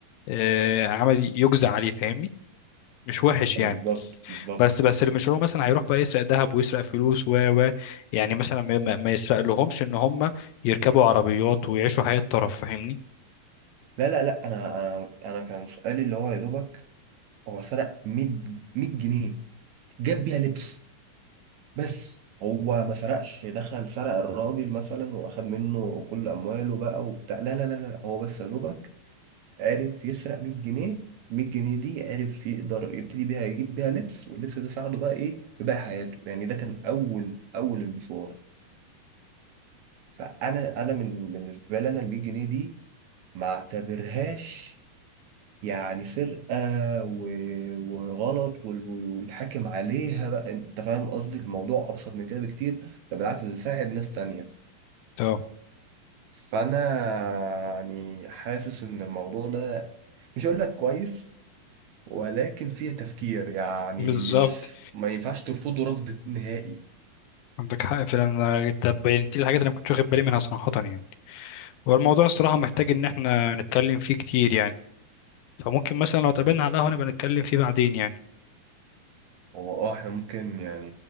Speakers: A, on the left; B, on the right.
A: آه، عمل يجزى عليه فاهمني مش وحش
B: بالظبط
A: يعني
B: بالظبط
A: بس بس اللي مش هو مثلا هيروح بقى يسرق ذهب ويسرق فلوس و و يعني مثلا ما, ما ما يسرق لهمش ان هم يركبوا عربيات ويعيشوا حياة طرف فاهمني
B: لا لا لا انا انا انا كان سؤالي اللي هو يا دوبك هو سرق 100 100 جنيه جاب بيها لبس بس هو ما سرقش دخل سرق الراجل مثلا واخد منه كل امواله بقى وبتاع لا لا لا لا هو بس يا دوبك عرف يسرق 100 جنيه 100 جنيه دي عرف يقدر يبتدي بيها يجيب بيها لبس واللبس ده ساعده بقى ايه في باقي حياته يعني ده كان اول اول المشوار فانا انا من بالنسبه لي انا ال 100 جنيه دي ما اعتبرهاش يعني سرقه و- وغلط وال- ويتحاكم عليها بقى انت فاهم قصدي الموضوع ابسط من كده بكتير ده بالعكس ده يساعد ناس تانية
A: اه
B: فانا يعني حاسس ان الموضوع ده مش هقول لك كويس ولكن فيه تفكير يعني
A: بالظبط
B: مش ما ينفعش ترفضه رفض نهائي
A: عندك حق فعلا أنا- انت بينتي الحاجات اللي انا كنت واخد بالي منها صراحة يعني والموضوع الصراحة محتاج ان احنا نتكلم فيه كتير يعني فممكن مثلا لو اتقابلنا على القهوة نبقى نتكلم فيه بعدين يعني
B: هو اه احنا ممكن يعني